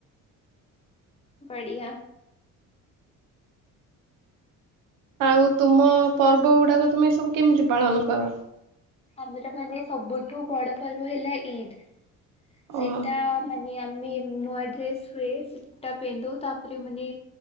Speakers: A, on the left; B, on the right.
A: ବଢିଆ।
B: ଆଉ ତୁମ ପର୍ବ ଗୁଡାକ ତୁମେ ଏ ସବୁ କେମିତି ପାଳନ କର?
A: ଆମର ମାନେ ସବୁଠୁ ବଡ ପର୍ବ ହେଲା ଇଦ ସେଟା
B: ଓହୋ
A: ମାନେ ଆମେ ନୂଆ ଡ୍ରେସ୍ ହୁଏ ସେଟା ପିନ୍ଧୁ ତାପରେ ମାନେ